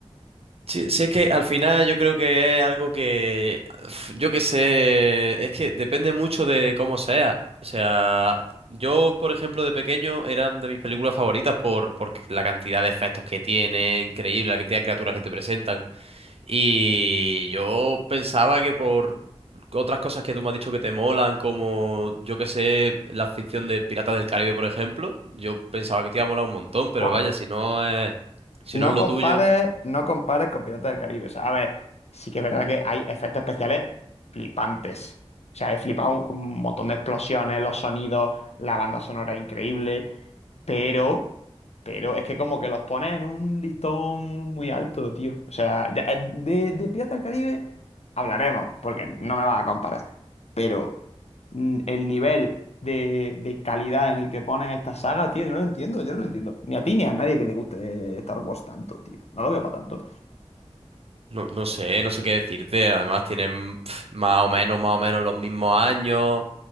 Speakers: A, on the right; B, on the left.
A: sí, sí, es que al final yo creo que es algo que, uf, yo qué sé, es que depende mucho de cómo sea. O sea, yo, por ejemplo, de pequeño era de mis películas favoritas por, por la cantidad de efectos que tiene, increíble, la cantidad de criaturas que te presentan. Y yo pensaba que por otras cosas que tú me has dicho que te molan, como yo que sé, la ficción de Piratas del Caribe, por ejemplo, yo pensaba que te iba a molar un montón, pero
B: Buah,
A: vaya, si no es, si
B: No
A: no es lo
B: compares,
A: tuyo,
B: no compares con Piratas del Caribe. O sea, a ver, sí que es verdad que hay efectos especiales flipantes. O sea, he flipado con un montón de explosiones, los sonidos, la banda sonora es increíble, pero, pero es que como que los pones en un listón muy alto, tío. O sea, ya- eh, de, de Piratas del Caribe hablaremos, porque no me vas a comparar. pero mm, el nivel de, de calidad en el que pones esta saga, tío, yo no lo entiendo, yo no lo entiendo. Ni a ti ni a nadie que le guste Star Wars tanto, tío. No lo veo para tanto.
A: no, no sé, no sé qué decirte. Además tienen pf, más o menos, más o menos los mismos años.